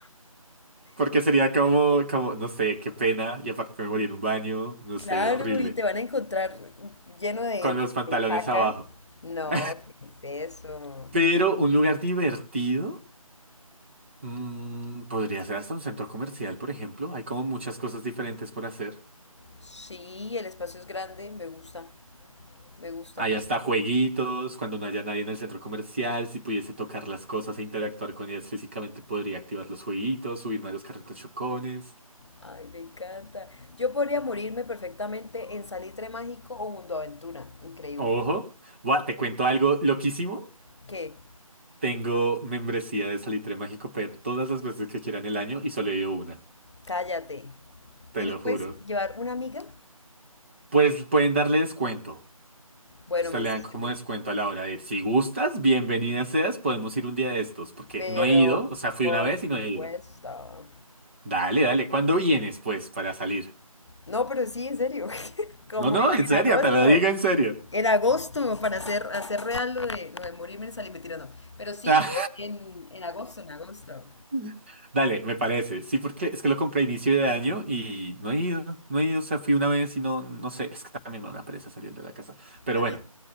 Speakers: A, on the right; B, on the left.
A: Porque sería como, como, no sé, qué pena, y aparte me morí en un baño, no
B: Claro,
A: sé, horrible.
B: y te van a encontrar lleno de,
A: Con los pantalones
B: de caca.
A: abajo.
B: No,
A: <laughs>
B: ¿qué es eso?
A: Pero un lugar divertido, mm, podría ser hasta un centro comercial, por ejemplo. Hay como muchas cosas diferentes por hacer.
B: Sí, el espacio es grande, me gusta, me gusta.
A: Hay hasta jueguitos, cuando no haya nadie en el centro comercial, si pudiese tocar las cosas e interactuar con ellas físicamente, podría activar los jueguitos, subirme a los carritos chocones.
B: Ay, me encanta. Yo podría morirme perfectamente en Salitre Mágico o Mundo Aventura. Increíble.
A: Ojo, Buah, te cuento algo loquísimo.
B: ¿Qué?
A: Tengo membresía de Salitre Mágico Per todas las veces que quieran el año y solo he ido una,
B: Cállate.
A: te
B: ¿Y
A: lo
B: no
A: juro.
B: puedes llevar una amiga?
A: Pues pueden darle descuento.
B: Bueno,
A: Se
B: me
A: le
B: sirve.
A: dan como descuento a la hora de ir. Si gustas, bienvenida seas, podemos ir un día de estos, porque
B: Pero,
A: no he ido, o sea, fui
B: por
A: una vez
B: supuesto.
A: y no he ido. Dale, dale, ¿cuándo vienes, pues, para salir?
B: No, pero sí, en serio. <laughs> Como
A: No, no,
B: en
A: en
B: en
A: serio,
B: agosto.
A: te lo digo en serio.
B: En agosto, para hacer, hacer real lo de, lo de morirme en sal y mentira, no. Pero sí,
A: Ah,
B: en, en agosto, en agosto.
A: <laughs> dale, me parece. Sí, porque es que lo compré a inicio de año y no he ido. No he ido, o sea, fui una vez y no, no sé. Es que también me da una pereza salir de la casa. Pero
B: Ah,
A: bueno,